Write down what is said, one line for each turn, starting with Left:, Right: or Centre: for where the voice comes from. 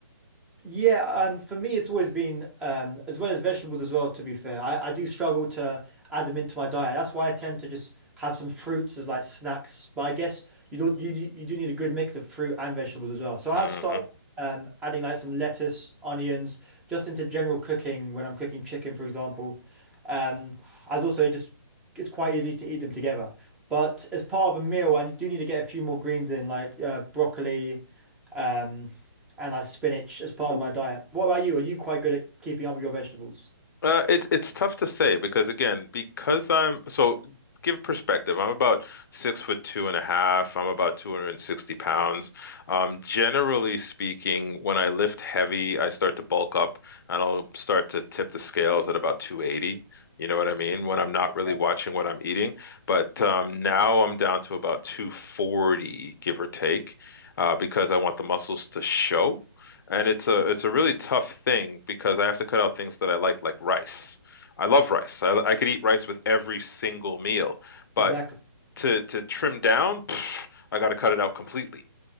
Centre: Yeah, um, for me, it's always been um, as well as vegetables as well, to be fair. I, I do struggle to add them into my diet. That's why I tend to just have some fruits as like snacks. But I guess you don't you you do need a good mix of fruit and vegetables as well. So I've
Left: hmm
Centre: started um, adding like some lettuce, onions, just into general cooking when I'm cooking chicken, for example. Um, as also just it's quite easy to eat them together. But as part of a meal, I do need to get a few more greens in, like uh, broccoli um, and like spinach as part of my diet. What about you? Are you quite good at keeping up with your vegetables?
Left: Uh, it, it's tough to say because again, because I'm so give perspective. I'm about six foot two and a half. I'm about 260 pounds. Um, generally speaking, when I lift heavy, I start to bulk up and I'll start to tip the scales at about 280. You know what I mean? When I'm not really
Centre: Yeah,
Left: watching what I'm eating. But um, now I'm down to about 240, give or take, uh, because I want the muscles to show. And it's a it's a really tough thing because I have to cut out things that I like, like rice. I love rice. I, I could eat rice with every single meal, but
Centre: exactly.
Left: to to trim down, pff, I got to cut it out completely,